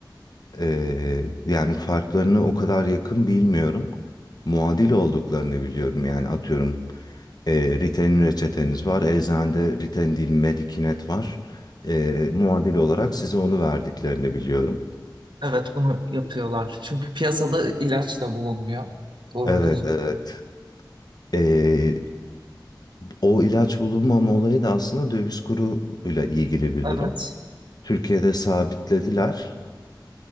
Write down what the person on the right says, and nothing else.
Evet bunu yapıyorlar. Çünkü piyasada ilaç da bulunmuyor. Doğru
düzgün.
Evet.